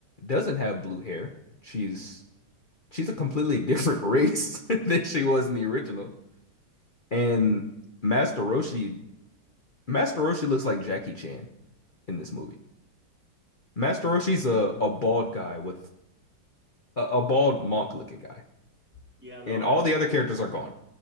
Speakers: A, on the left (about 70°); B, in the centre.
A: doesn't have blue hair. She's she's a completely different <laughs> race <laughs> than she was in the original. And Master Roshi Master Roshi looks like Jackie Chan in this movie. Master
B: Uh,
A: Roshi's a, a bald guy with a, a bald monk looking guy.
B: yeah, no,
A: And
B: I
A: all
B: think
A: the other
B: uh,
A: characters are gone.